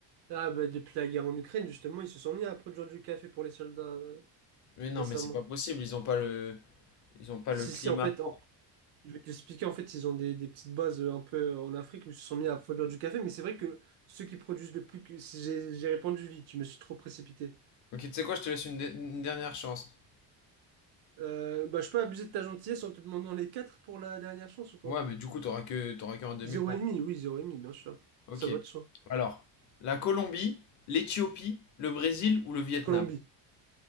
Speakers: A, on the right (about 65°); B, on the left (about 45°).
A: Ah, bah depuis la guerre en Ukraine, justement, ils se sont mis à produire du café pour les soldats euh,
B: Mais non,
A: récemment.
B: mais c'est pas possible. Ils ont pas le, ils ont pas
A: Si,
B: le climat
A: si, en fait, en,
B: pour.
A: Je vais t'expliquer, en fait, ils ont des, des petites bases euh, un peu euh, en Afrique où ils se sont mis à produire du café, mais c'est vrai que ceux qui produisent le plus que... si J'ai j'ai répondu vite, je me suis trop précipité.
B: Ok, tu sais quoi, je te laisse une, de- une dernière chance.
A: Euh, bah, je peux abuser de ta gentillesse en te demandant les 4 pour la dernière chance ou pas?
B: Ouais, mais du coup, t'auras que, t'auras qu'un demi-point.
A: Zéro et demi, oui, zéro et demi, bien sûr.
B: Ok.
A: Ça va de soi.
B: Alors, la Colombie, l'Éthiopie, le Brésil ou le Vietnam?
A: Colombie,